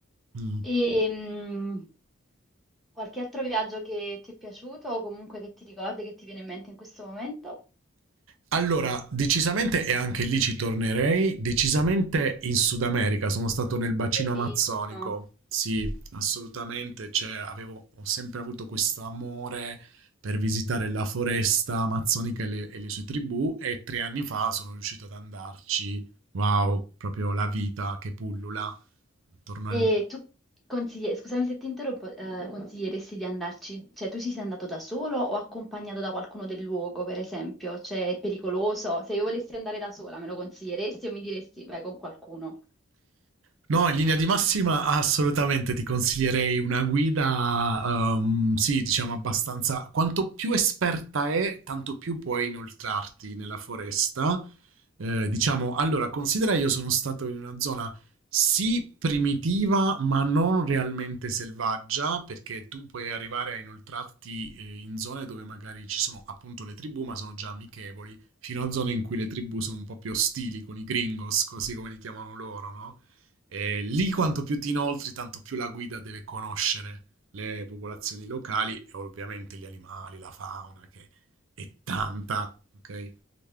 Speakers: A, on the right (about 70°); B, in the centre.
A: Mm.
B: E, mm, Qualche altro viaggio che ti è piaciuto o comunque che ti ricordi, che ti viene in mente in questo momento?
A: Allora, decisamente, e anche lì ci tornerei, decisamente in Sud America, sono stato nel bacino
B: Bellissimo.
A: amazzonico, sì, assolutamente, cioè, avevo, ho sempre avuto questo amore per visitare la foresta amazzonica e le, e le sue tribù e tre anni fa sono riuscito ad andarci, wow, proprio la vita che pullula attorno
B: E
A: al,
B: tu consigli- scusami se ti interrompo, eh, consiglieresti di andarci, cioè tu ci sei andato da solo o accompagnato da qualcuno del luogo, per esempio? Cioè è pericoloso? Se io volessi andare da sola, me lo consiglieresti o mi diresti vai con qualcuno?
A: No, in linea di massima assolutamente ti consiglierei una guida, ehm, sì, diciamo abbastanza... Quanto più esperta è, tanto più puoi inoltrarti nella foresta. Eh, diciamo, allora, considera io sono stato in una zona sì primitiva, ma non realmente selvaggia, perché tu puoi arrivare a inoltrarti eh, in zone dove magari ci sono appunto le tribù, ma sono già amichevoli fino a zone in cui le tribù sono un po' più ostili con i gringos, così come li chiamano loro, no? E lì quanto più ti inoltri, tanto più la guida deve conoscere le popolazioni locali e ovviamente gli animali, la fauna, che è tanta, ok?